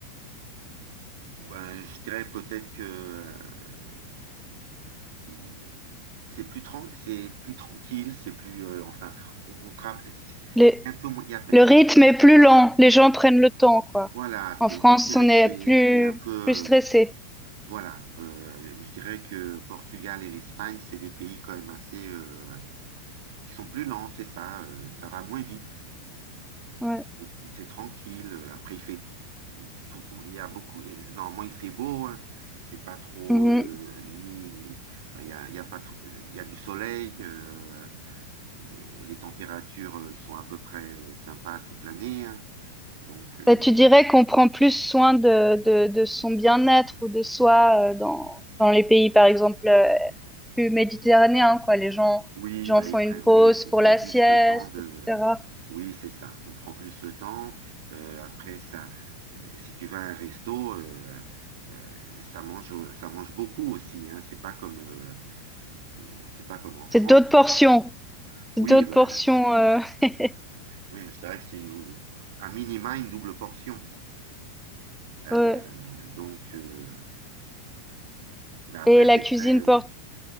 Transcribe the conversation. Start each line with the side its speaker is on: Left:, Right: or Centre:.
Right: ben, je dirais peut-être que euh, il- c'est plus, tran- c'est plus tranquille, c'est plus euh, enfin on, on tra- c'est
Centre: Le,
Right: c'est un peu moins- il y a pe-
Centre: le rythme
Right: on tra-
Centre: est plus lent, les gens prennent le temps, quoi.
Right: voilà,
Centre: En
Right: c'est
Centre: France,
Right: moi je dirais
Centre: on
Right: que
Centre: est
Right: c'est
Centre: plus,
Right: c'est un peu
Centre: plus stressé.
Right: Voilà, euh, je dirais que Portugal et l'Espagne, c'est des pays quand même assez... euh, ils sont plus lents, c'est ça, euh, ça va moins vite,
Centre: Ouais.
Right: c'est c'est tranquille. euh, Après, il fait tout, il y a beaucoup... euh, Normalement, il fait beau, hein, c'est pas trop...
Centre: Mhm.
Right: euh, ni, il y a, il y a pas trop- il y a du soleil, euh, euh, les températures euh, sont à peu près euh, sympas toute l'année, hein. donc... euh,
Centre: Bah, tu dirais qu'on prend plus soin de, de, de son bien-être ou de soi euh, dans, dans les pays, par exemple, euh, plus méditerranéens, quoi. Les gens,
Right: Oui,
Centre: les gens
Right: bah,
Centre: font
Right: ils
Centre: une
Right: prennent.
Centre: pause
Right: oui, on
Centre: pour
Right: prend
Centre: la
Right: plus
Centre: sieste,
Right: le temps de...
Centre: etc.
Right: euh, Oui, c'est ça. On prend plus le temps. Euh, après, ça, euh, si tu vas à un resto, euh, euh, ça mange, ça mange beaucoup aussi. Hein. C'est pas comme, euh, euh, c'est pas comme en France
Centre: C'est d'autres portions,
Right: où...
Centre: c'est
Right: Oui,
Centre: d'autres
Right: bah,
Centre: portions. euh, <laughs>
Right: oui, je dirais que c'est un minima une double portion. Euh,
Centre: ouais.
Right: donc, euh, mais après,
Centre: Et la
Right: c'est
Centre: cuisine
Right: très... euh,
Centre: por-